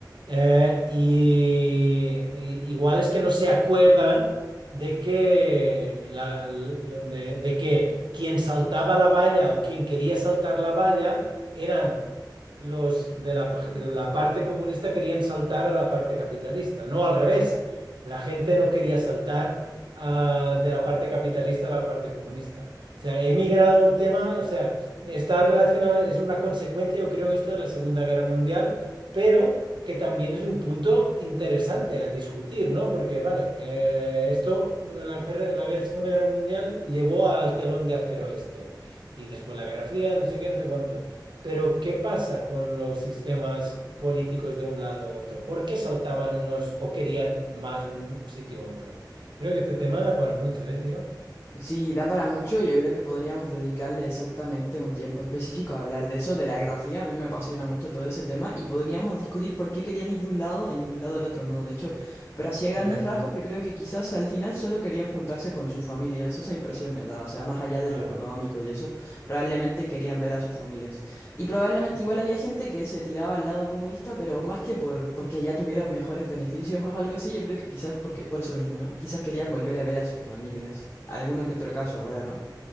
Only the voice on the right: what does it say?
Eh, y, y- igual es que no se acuerdan de que, la- la- de, de que quien saltaba la valla o quien quería saltar la valla eran los de la, de la parte comunista querían saltar a la parte capitalista, no al revés. La gente no quería saltar ah, de la parte capitalista a la parte comunista. O sea, he migrado un tema, o sea, está relacionado, es una consecuencia, yo creo, esto de la Segunda Guerra Mundial, pero que también es un punto interesante a discutir, ¿no? Porque, vale, eh, esto, la, guerra- la guerra- Segunda Guerra Mundial llevó al telón de acero este, y después la Guerra Fría, no sé qué, no sé cuántos. Pero, ¿qué pasa con los sistemas políticos de un lado u otro? ¿Por qué saltaban unos o querían más un sitio u otro? Creo que este tema da para mucho, ¿eh, tío?
Ajá.
Ah,
qué-